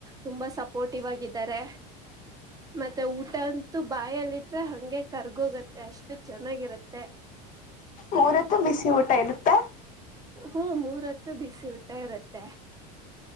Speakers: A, on the right (about 15°); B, on the left (about 40°).
A: ತುಂಬಾ ಸಪೋರ್ಟಿವ್ ಆಗಿದ್ದಾರೆ. ಮತ್ತೆ ಊಟ ಅಂತೂ ಬಾಯಲ್ಲಿ ಇಟ್ರೆ ಹಂಗೆ ಕರ್ಗೋಗತ್ತೆ ಅಷ್ಟ ಚೆನ್ನಾಗಿರತ್ತೆ.
B: ಮೂರತ್ತು ಬಿಸಿ ಊಟ ಇರುತ್ತ.
A: ಹ್ಮ ಮೂರ ಹತ್ತು ಬಿಸಿ ಊಟ ಇರತ್ತೆ.